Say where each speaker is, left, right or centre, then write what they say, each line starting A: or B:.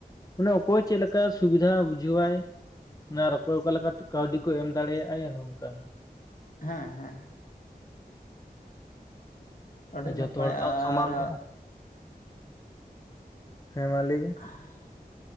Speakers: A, on the left; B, on the left.
A: ᱢᱟᱱᱮ ᱚᱠᱚᱭ ᱪᱮᱫ ᱞᱮᱠᱟ ᱥᱩᱵᱤᱫᱷᱟ ᱵᱩᱡᱷᱟᱹᱣᱟᱭ ᱚᱱᱟ ᱚᱠᱚᱭ ᱚᱠᱟ ᱞᱮᱠᱟᱛᱮ ᱠᱟᱹᱣᱰᱤ ᱠᱚ ᱮᱢ ᱫᱟᱲᱮᱭᱟᱜᱼᱟ ᱱᱚᱝᱠᱟ᱾
B: ᱦᱮᱸ ᱦᱮᱸ᱾ ᱟᱹᱰᱤ
A: ᱟᱨ ᱡᱚᱛᱚ
B: ᱱᱟᱯᱟᱭ
A: ᱦᱚᱲ
B: ᱟᱨ
A: ᱛᱚ ᱥᱟᱚᱢᱟᱱ ᱫᱚ ᱦᱮᱸ᱾ ᱦᱮᱸ ᱢᱟ ᱞᱟᱹᱭ ᱵᱤᱱ᱾
B: <unintelligible>